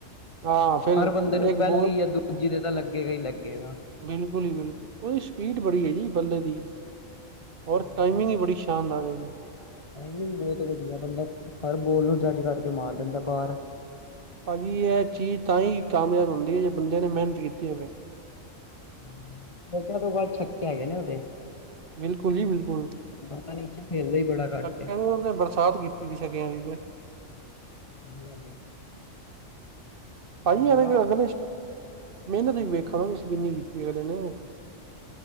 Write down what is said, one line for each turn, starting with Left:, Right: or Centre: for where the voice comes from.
Right: ਹਾਂ ਫਿਰ
Left: ਹਰ ਬੰਦੇ ਨੂੰ
Right: ਇੱਕ
Left: ਪੈਲੀ
Right: ਬੋਲ
Left: ਯਾ ਦੂਜੀ ਦੇ ਤਾਂ ਲੱਗੇਗਾ ਈ ਲੱਗੇਗਾ।
Right: ਬਿਲਕੁਲ ਹੀ ਬਿਲਕੁਲ ਉਹਦੀ ਸਪੀਡ ਬੜੀ ਏ ਜੀ ਬੱਲੇ ਦੀ।
Left: <unintelligible>
Right: ਔਰ ਟਾਈਮਿੰਗ ਹੀ ਬੜੀ ਸ਼ਾਨਦਾਰ ਹੈ।
Left: ਨਈ-ਨਈ ਬੋਤ ਵਧੀਆ ਬੰਦਾ ਹਰ ਬੋਲ ਨੂੰ ਜੱਜ ਕਰਕੇ ਮਾਰ ਦਿੰਦਾ ਬਾਰ।
Right: ਭਾਜੀ ਐ ਚੀਜ਼ ਤਾਂ ਹੀ ਕਾਮਯਾਬ ਹੁੰਦੀ ਏ ਜੇ ਬੰਦੇ ਨੇ ਮੇਹਨਤ ਕੀਤੀ ਹੋਵੇ।
Left: <unintelligible> ਤੋਂ ਬਾਦ ਛੱਕ ਕੇ ਹੈਗੇ ਨੇ ਓਦੇ।
Right: ਬਿਲਕੁਲ ਜੀ ਬਿਲਕੁਲ।
Left: ਬੰਦਾ ਨਿਚੇ ਖੇਲਦਾ ਹੀ ਬੜਾ ਘੱਟ
Right: <unintelligible>
Left: ਏ।
Right: ਉਨੇ ਬਰਸਾਤ ਕੀਤੀ ਦੀ ਸ਼ਗਿਆਂ ਦੀ ਤੇ।
Left: ਕੀ ਹਾਲ ਹੈ।
Right: ਭਾਈੇ
Left: ਬੰਦਾ
Right: ਅਗਲੇ <unintelligible> ਮਿਹਨਤ ਵੀ ਵੇਖੋ ਨਾ ਤੁਸੀਂ ਕਿੰਨੀ ਕੀਤੀ ਅਗਲੇ ਨੇ।